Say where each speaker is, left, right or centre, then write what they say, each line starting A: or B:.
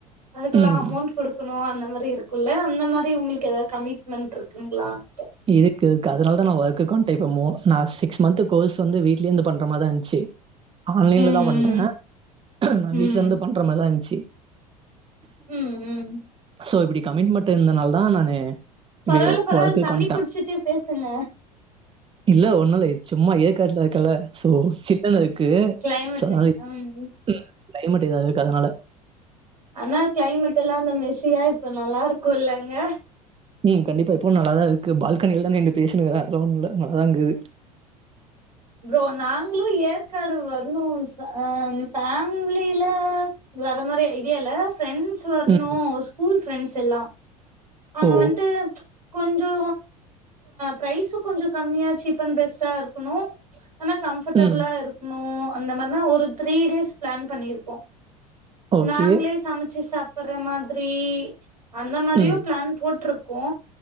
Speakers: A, on the right; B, on the right.
A: அதுக்கெல்லா
B: ம்.
A: அமொண்ட் குடுக்கணு அந்த மாரி இருக் குள்ள அந்த மாரி உங்களுக்கு எதாவது கமிட்மெண்ட் இருக்குங்களான்ட்டு
B: இதுக்கு க்கு அதனால தா நா ஒர்க்கு வண்டேப்போ நா சிக்ஸ் மந்த் கோர்ஸ் வந்து வீ்ட்லேந்து பண்ற மாரிதா இருந்துச்சு
A: <inaudible>
B: ஆன்லைன்லதா
A: ம்
B: பண்றே
A: ம்
B: நா
A: ம்
B: வீட்டலருந்து பண்ற மாதிதா இருந்துச்சி
A: ம் ம்
B: சோ இப்படி கமிட்மெட் இருந்தனால தா நானு
A: பரால்ல
B: இப்படி
A: பரவால்ல
B: ஒர்க்குக்கு
A: தண்ணி
B: வந்துட்டேன்.
A: குடிச்சுட்டே பேசுங்க
B: இல்ல ஒண்ணு இல்ல இது சும்மா ஏற்காட்டுல க்கல்ல சோ சிக்கன் இருக்கு
A: கிளைமேட்டு
B: சோ அதனால
A: ம்
B: ம் க்ளைமட் இதா இருக்கு அதனால
A: ஆனா கிளைமேட் எல்லா அந்த மெஸியா இப்ப நல்லாருக்கு இல்லங்க
B: ம் கண்டிப்பா இப்பவு நல்லாதா இருக்கு பால்கனியில தா நீன்னு பேசுறே அதல்லா ஒன்னுல்ல நல்லாதா இங்குது
A: ப்ரோ நாங்களு ஏற்காடு வரணு ஃபேமிலில வர மாறி ஐடியா இல்ல ஃப்ரெண்ட்ஸ் வரணு
B: ம்.
A: ஸ்கூல் ஃப்ரெண்ட்ஸ் எல்லா அங்க
B: ஓ!
A: வன்ட்டு கொஞ்சோ ப்ரைஸு கொஞ்சோ கம்மியா சீப் அண்ட் பெஸ்ட்டா இருக்கணு ஆனா கம்ஃபர்ட்டபுளா
B: ம்.
A: இருக்கணு அந்த மார்னா ஒரு த்ரீ டேஸ் பிளான் பண்ணியிருக்கோ
B: ஓகே.
A: நாங்களே சமைச்சு சாப்பிட்ற மாதிரி அந்த மாரியு
B: ம்.
A: பிளான் போட்டிருக்கோ